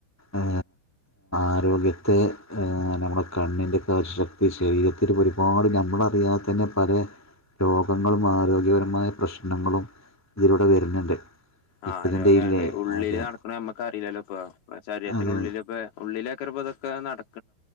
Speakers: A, in the centre; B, on the left.
A: ഏ ആരോഗ്യത്തെ ഏ നമ്മുടെ കണ്ണിന്റക്കെ ശക്തി ശരീരത്തില് ഒരുപാട് നമ്മളറിയാതെ തന്നെ പലെ രോഗങ്ങളും ആരോഗ്യപരമായ പ്രശ്നങ്ങളും ഇതിലൂടെ വരുന്നുണ്ട്
B: ആഹ്
A: ഇപ്പ ഇതിൻ്റെ
B: ര വേണ്ട
A: ഇല്ലേ
B: ഉള്ളില്
A: അതെ
B: നടക്കണ നമ്മക്ക് അറിയില്ലല്ലോ ഇപ്പൊ ശരീരത്തിനുള്ളിലിപ്പ
A: അതെ
B: ഉള്ളില <unintelligible> നട